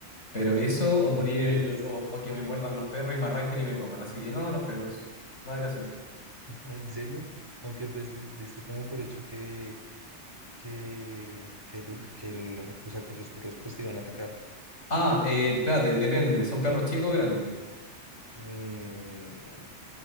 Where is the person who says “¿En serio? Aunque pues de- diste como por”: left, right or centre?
Right